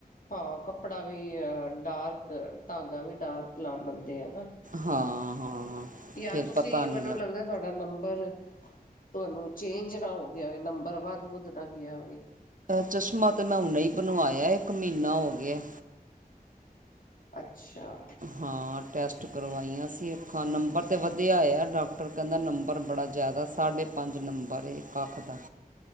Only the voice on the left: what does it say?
ਹਾਂ ਕੱਪੜਾ ਵੀ ਡਾਰਕ ਧਾਗਾ ਵੀ ਡਾਰਕ ਲਾ ਦੈਂਦੇ ਆ ਨਾ।
ਯਰ,
ਤੁਸੀਂ
ਮੈਨੂੰ ਲੱਗਦਾ ਤੁਹਾਡਾ ਨੰਬਰ। ਤੁਹਾਨੂੰ ਚੇਂਜ ਨਾ ਹੋ ਗਿਆ ਹੋਵੇ ਨੰਬਰ ਵੱਧ - ਵੁੱਧ ਨਾ ਗਿਆ ਹੋਵੇ।
ਅੱਛਾ।